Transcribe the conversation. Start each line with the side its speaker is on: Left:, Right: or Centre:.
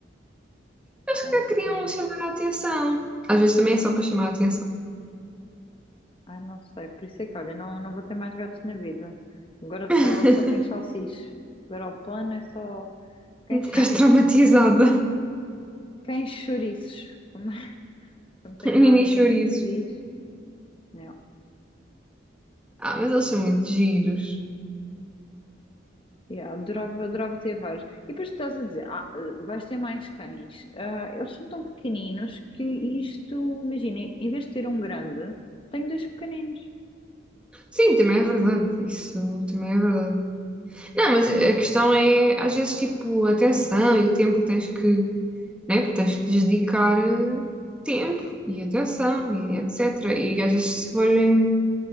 Centre: Eles
Left: tanto,
Centre: que queriam chamar a atenção. Às vezes também é só para chamar a atenção.
Left: ai não sei, por isso é que olha, não, não vou ter mais gatos na vida. Agora
Centre: <laughs>
Left: só, só quem salsiche. Agora o plano é só quem, cha-
Centre: Ficaste traumatizada.
Left: <laughs> quem chouriços, como, como tem
Centre: Mini
Left: uma amiga
Centre: chorizos.
Left: minha que diz. né,
Centre: Ah, mas eles são muito giros.
Left: Yeah, adorava, adorava ter vários. E depois tu estás a dizer, ah, vais ter mais cães. Ah, eles são tão pequeninos que isto, imagina, em vez de ter um grande, tenho dois pequeninos.
Centre: Sim, também é verdade. Isso também é verdade. Não, mas a questão é, às vezes, tipo, a atenção e o tempo que tens que né? Porque tens que lhes dedicar eh, tempo e atenção e etc. E às vezes se forem